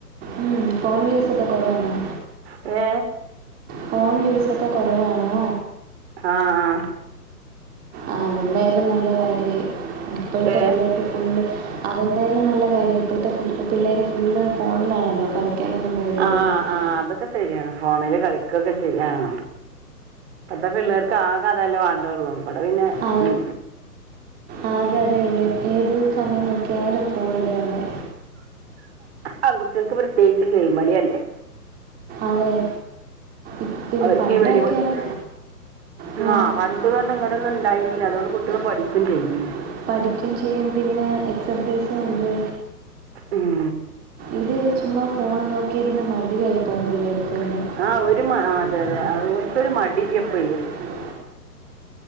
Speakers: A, on the right; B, on the right.
A: ഉം ഫോൺ യൂസക്കെ കുറവാണോ.
B: ഏ
A: ഫോൺ യൂസ ഒക്കെ കുറവാണോ?
B: ആഹ ആഹ
A: ആഹ അതെന്തായാലും നല്ല കാര്യയി ഇപ്പോഴത്തെ
B: ഏ
A: പി ഫുള്ള് അതെന്തായാലും നല്ല കാര്യം ഇപ്പോഴത്തെ ഫു പിള്ളേർ ഫുള്ള് ഫോണിലാണല്ലോ കളിക്കാനൊന്നും. പോവില്ലല്ലോ
B: ആഹ
A: ആ
B: ആഹ അതൊക്കെ ശരിയാണ് ഫോണില് കളിക്കൊക്കെചെയ്യ ആഹ ഇപ്പത്തെ പിള്ളേർക്ക് ആകെ അതെല്ലേ വാണ്ടള്ളൂ ഇവിടെ പിന്നെ
A: ആ ഫോണിൽ കളിക്കുമ്പോ തന്നെയാണ് ഇപ്പത്തെ പിള്ളേർക്ക് ആകെ അതല്ലേ വേണ്ടു
B: ഉ
A: അതെ അതെയല്ലേ ഏത് സമയം നോക്കിയാലും ഫോണില് തന്നെ.
B: ആൺകുട്ടികൾക്ക് പ്രത്യേകിച്ച് ഗെയിമളിയല്ലേ.
A: അതെ ഇപ്പും
B: അവർക്ക്
A: പണ്ടക്കെയാണ്
B: ഈ പരിപാ
A: മ്
B: ആഹ്
A: <inaudible>
B: പണ്ട് പറഞ്ഞ ഇങ്ങനൊന്നും ഉണ്ടായിന്നില്ല അതുകൊണ്ട് കുട്ടികൾ പഠിക്കും ചെയ്തിനി
A: പഠിക്കുകയും ചെയ്യും പിന്നെ എക്സർസൈസും ഉണ്ട്.
B: ഉം
A: ഇത് ചുമ്മാ ഫോൺ നോക്കിയിരുന് മടിയായി പോകു പിളെർക്ക് തന്നെ.
B: ആഹ ഒരു
A: ആ അവര്
B: അതെ
A: മ-
B: അതെ
A: ആ,
B: ഓല്ക്കൊരു
A: ഭയങ്കര
B: മടില്ലപ്പയന്.
A: മടിയാ ഇപ്പഴേ.